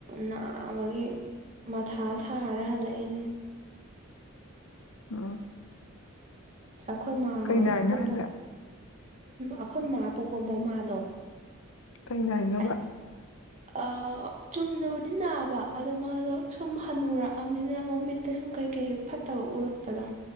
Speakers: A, on the right; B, on the left.
A: ꯅꯥꯕꯒꯤ꯫ ꯃꯊꯥ ꯁꯥꯔ ꯍꯜꯂꯛꯏꯅꯦ꯫
B: ꯎꯝ
A: ꯑꯩꯈꯣꯏ ꯃꯥꯈꯣꯏ
B: ꯀꯩ ꯅꯥꯏꯅꯣ ꯍꯥꯏꯁꯦ
A: ꯑꯩꯈꯣꯏ ꯃꯥ꯫ ꯑ ꯄꯣꯛꯄ ꯃꯃꯥꯗꯣ꯫
B: ꯀꯩꯅ ꯍꯥꯏꯅꯣꯕ꯫
A: ꯍꯥꯏ ꯑꯥ ꯆꯨꯝꯅꯕꯨꯗꯤ ꯅꯥꯕ ꯑꯗꯣ ꯃꯥꯗꯣ ꯁꯨꯝ ꯍꯟꯅꯨꯔꯛꯑꯕꯅꯤꯅ ꯃꯃꯤꯠꯇ ꯁꯨꯝ ꯀꯩꯀꯩ ꯐꯠꯇꯕ꯫ ꯎꯔꯛꯄꯗꯣ꯫